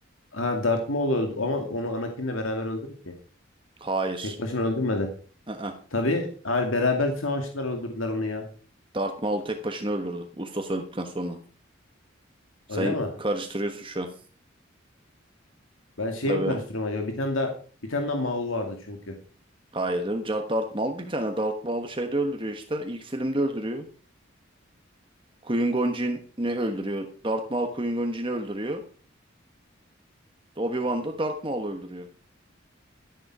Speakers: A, on the left; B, on the right.
A: Ha Darth Maul öldü ama onu Anakin'le beraber öldürdü ki.
B: Hayır.
A: Tek başına öldürmedi.
B: Hı hı.
A: Tabii hayır beraber savaştılar öldürdüler onu ya.
B: Darth Maul tek başına öldürdü. Ustası öldükten sonra. Sen
A: Öyle mi?
B: karıştırıyorsun şu an.
A: Ben şeyi
B: Tabii.
A: mi karıştırıyorum acaba? Bir tane daha bir tane daha Maul vardı çünkü.
B: Hayır canım. Jar Darth Maul bir tane Darth Maul'u şeyde öldürüyor işte. İlk filmde öldürüyor. Qui-Gon Jinn'i öldürüyor. Darth Maul Qui-Gon Jinn'i öldürüyor. Obi-Wan da Darth Maul'u öldürüyor.